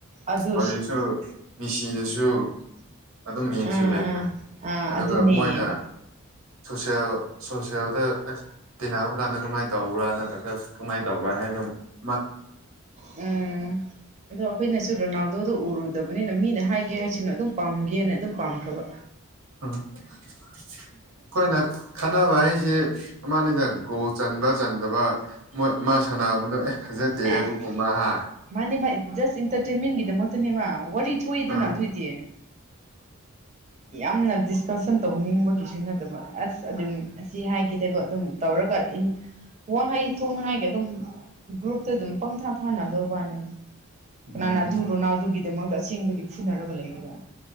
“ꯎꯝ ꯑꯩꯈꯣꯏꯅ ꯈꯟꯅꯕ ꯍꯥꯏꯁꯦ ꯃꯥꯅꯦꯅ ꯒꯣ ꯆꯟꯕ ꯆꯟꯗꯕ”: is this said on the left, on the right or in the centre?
Right